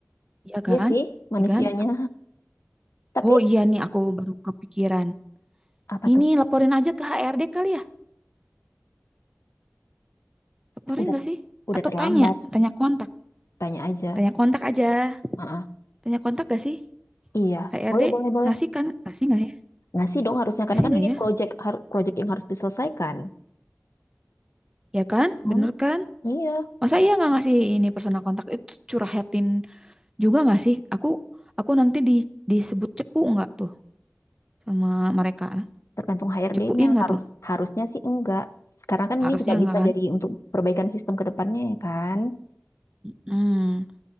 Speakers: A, on the right; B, on the left.
A: ya
B: iya
A: kan
B: sih manusianya.
A: ya kan
B: Tapi
A: oh iya nih aku baru kepikiran
B: apa
A: ini
B: tuh?
A: laporin aja ke HRD kali ya laporin
B: Udah
A: nggak sih
B: udah
A: atau
B: terlambat,
A: tanya tanya kontak
B: tanya aja.
A: tanya kontak aja
B: Heeh.
A: tanya kontak gak sih
B: Iya,
A: HRD
B: boleh boleh boleh.
A: ngasih kan ngasih nggak ya
B: ngasih dong harusnya karena
A: ngasih
B: kan
A: nggak
B: ini
A: ya
B: project har- project yang harus diselesaikan.
A: ya kan
B: Kan?
A: bener kan
B: Iya,
A: Masa iya nggak ngasih ini personal kontak itu curhatin juga nggak sih? Aku aku nanti di, disebut cepu nggak tuh sama mereka?
B: tergantung HRD-nya.
A: Cepuin nggak
B: Harus
A: tuh?
B: harusnya sih enggak. Sekarang kan ini
A: Harusnya
B: juga
A: nggak
B: bisa
A: kan?
B: jadi untuk perbaikan sistem ke depannya ya kan.
A: Hmm,